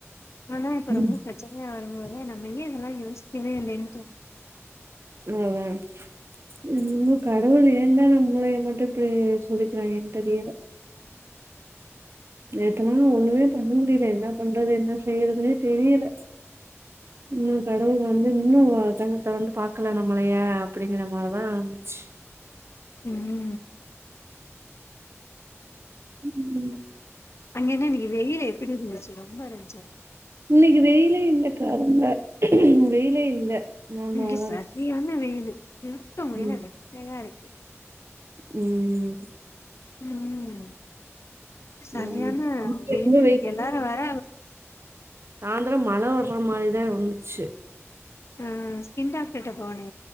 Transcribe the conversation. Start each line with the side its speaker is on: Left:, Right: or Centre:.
Left: ஆனா இப்ப
Right: ம்
Left: ரொம்ப பிரச்சனையா வரும்போது நம்ம ஏ இதெல்லா யோசிக்கவே இல்லேன்னு தோனு
Right: ம் அதா இன்னு கடவுள் ஏந்தா நம் முளைய மட்டு இப்பிடி சொதிக்கிறாங்க ஏ தெரியல என்கென்னமோ ஒண்ணுமே பண்ண முடியில என்ன பண்றது என்ன செய்யிறதுன்னே தெரியில இன்னு கடவுள் வந்து இன்னு கண்ண திறந்து பாக்கல நம்மளயே அப்பிடிங்குற மாரிதா இருந்துச்சு
Left: ம்
Right: ம்
Left: அங்கென இன்னிக்ககி வெயிலு எப்டி இருந்துச்சு ரொம்ப இருந்துச்சா
Right: இன்னைக்கி வெயிலே இல்ல கா ரொம்ப வெயிலே இல்ல நார்மலா
Left: இங்க
Right: தான்
Left: சரியான
Right: இருக்கு.
Left: வெயிலு இருக்க முல்ல
Right: ம்
Left: வெக்கையாருக்கு
Right: ம்
Left: ம் சரியானா
Right: ம்.
Left: வெயிலு
Right: ரொம்ப
Left: இன்னக்கி எல்லாரு வேற
Right: சாந்திரோ மழ வர்ற மாரி தா இருந்துச்சு
Left: ஆ ஸ்கின் டாக்டர் ட போனு